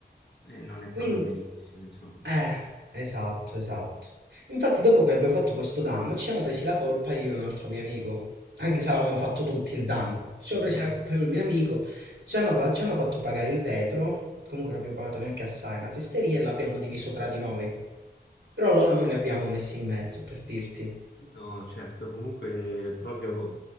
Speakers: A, on the left; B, on the right.
A: E non è
B: Quindi,
A: proprio bellissimo, insomma.
B: eh, esatto, esatto. Infatti, dopo che abbiamo fatto questo danno, ci siamo presi la colpa io e un altro mio amico. Anche se avevamo fatto tutti il danno, ci siamo
A: <laughs>
B: presi la colpa io e il mio amico. Ci hanno, fa- ci hanno fatto pagare il vetro. Comunque, non abbiamo pagato neanche assai una fesseria e l'abbiamo diviso tra di noi. Però loro non li abbiamo messi in mezzo, per dirti.
A: No, certo, comunque proprio